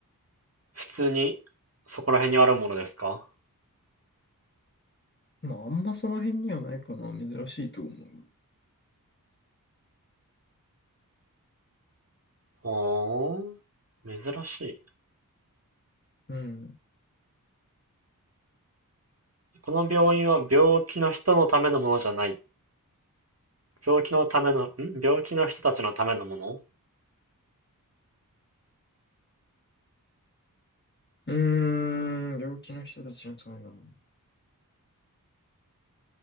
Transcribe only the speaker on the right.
普通にそこら辺にあるものですか
ほーん。珍しい。
この病院は病気の人のためのものじゃない。病気のための、ん病気の人たちのためのもの